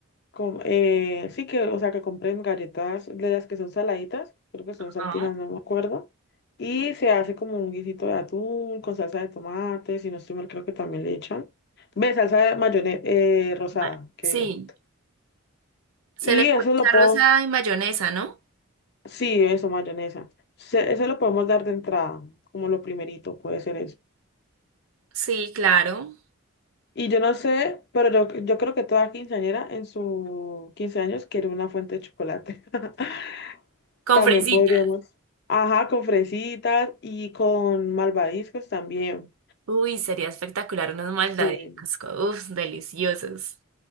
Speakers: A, on the left; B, on the right.
A: Com- eh, sí que, o sea, que compren galletas de las que son saladitas, creo que son saltinas,
B: Ah,
A: no me acuerdo. Y se hace como un guisito de atún con salsa de tomate, si no estoy mal, creo que también le echan. Ve, salsa de mayonesa rosada,
B: va-
A: que
B: Sí,
A: diga.
B: se
A: Y
B: le puede
A: eso
B: echar
A: lo puedo,
B: rosa y mayonesa, ¿no?
A: sí, eso, mayonesa. Se- eso lo podemos dar de entrada, como lo primerito, puede ser eso.
B: Sí, claro.
A: Y yo no sé, pero yo, yo creo que toda quinceañera en sus 15 años quiere una fuente de chocolate. <laughs>
B: Con
A: También
B: fresita.
A: podríamos. Ajá, con fresitas y con malvadiscos también.
B: Uy, sería espectacular unos maldaditos.
A: Sí,
B: co- Uf, deliciosos.